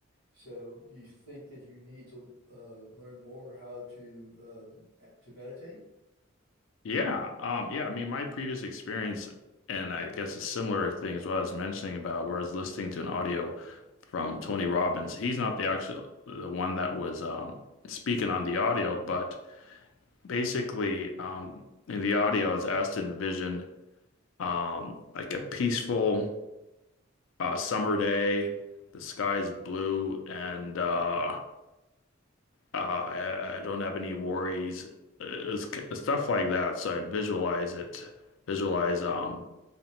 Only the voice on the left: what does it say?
Yeah, um, yeah. I mean, my previous experience, and I guess a similar thing as well. I was mentioning about where I was listening to an audio from Tony Robbins. He's not the actual the one that was um, speaking on the audio, but basically, um, in the audio, I was asked to envision um, like a peaceful uh, summer day. The sky is blue, and uh, uh, I, I don't have any worries. uh, It's, stuff like that. So I'd visualize it visualize um